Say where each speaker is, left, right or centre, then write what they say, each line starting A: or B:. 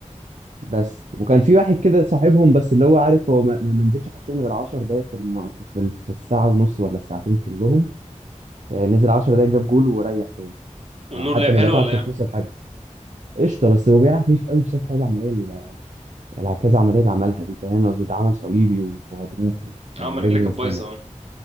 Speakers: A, on the right; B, on the right.
A: بس وكان في واحد كده صاحبهم بس اللي هو عارف هو ما ما منزلش حرفيا غير 10 دقايق في, الم... في, في, في الساعة ونص ولا الساعتين كلهم آه، نزل 10 دقايق جاب جول وريح تاني
B: والنور
A: يعني حتى
B: لعب حلو
A: ما دفعش
B: ولا ايه؟
A: فلوس الحجز قشطة بس هو بيلعب خفيف قوي بسبب حول العملية ال- الع- كذا عملية اللي عملها دي فاهم قصدي ده عمل صليبي وغضروف
B: اه
A: يعني
B: ما رجليك
A: رجله
B: كانت
A: متهانة
B: بايظه اه